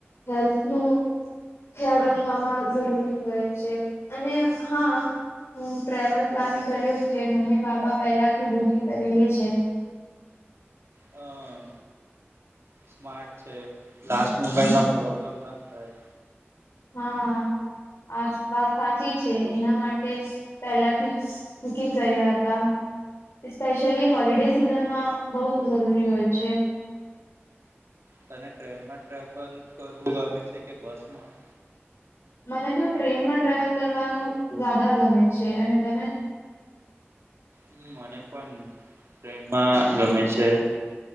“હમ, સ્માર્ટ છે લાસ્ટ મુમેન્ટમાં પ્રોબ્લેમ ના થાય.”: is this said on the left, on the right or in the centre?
Right